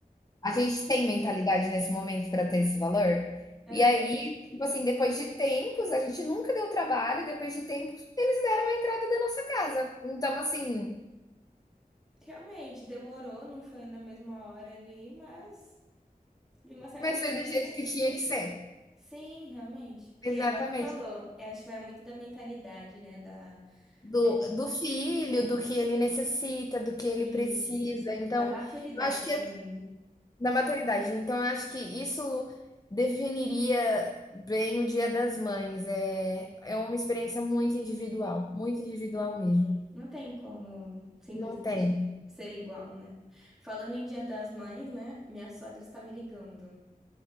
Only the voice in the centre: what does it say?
Aham.
Realmente, demorou, não foi na mesma hora ali, mas, de uma certa
maneira.
Sim, realmente. Porque,
igual você falou, eu acho que vai muito da mentalidade, né? Da,
é,
isso.
Da maturidade
também,
né?
Sim. Não tem como simplesmente
ser igual, né? Falando em Dia das Mães, né? Minha sogra está me ligando.